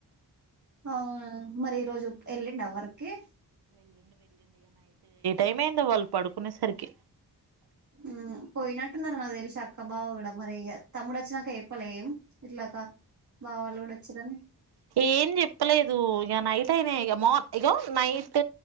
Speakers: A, on the right; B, on the right.
A: అవ్నా మరి ఈ రోజు ఎల్లిండా వర్క్ కి
B: ఏమైందో వాల్ పడుకునేసరికి
A: హ్మ్ పోయినట్టున్నారు నాక్ తెలిసి అక్క బావ కూడా, మరి ఇగా తమ్ముడు వచ్నాక చెప్పలేం ఇట్లాక బా వాళ్ళు కూడా వచీనారని
B: ఏం చెప్పలేదు ఇక నైట్ అయినా ఇక మొత్త్ ఇగో నైట్